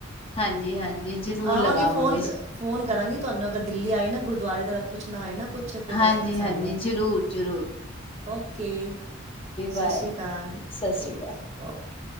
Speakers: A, on the left; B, on the right.
A: ਹਾਂਜੀ-ਹਾਂਜੀ ਜ਼ਰੂਰ
B: ਆਵਾਂਗੇ
A: ਲਗਾਵਾਂਗੇ।
B: ਫੋਨ ਕ- ਫੋਨ ਕਰਾਂਗੀ ਤੁਹਾਨੂੰ ਅਗਰ ਦਿੱਲੀ ਆਏ ਨਾ ਗੁਰਦੁਆਰੇ ਦਾ ਪੁੱਛਣਾ ਹੋਏ ਨਾ ਕੁਛ ਫਿਰ
A: ਹਾਂਜੀ-ਹਾਂਜੀ,
B: ਦੱਸਣਾ ਸਾਨੂੰ
A: ਜ਼ਰੂਰ-ਜ਼ਰੂਰ।
B: ਓਕੇ, ਸਤਿ
A: ਬਾਏ
B: ਸ਼੍ਰੀ ਅਕਾਲ
A: ਸਤਿ ਸ਼੍ਰੀ
B: ਠੀਕ
A: ਅਕਾਲ
B: ਹੈ। ਓਕੇ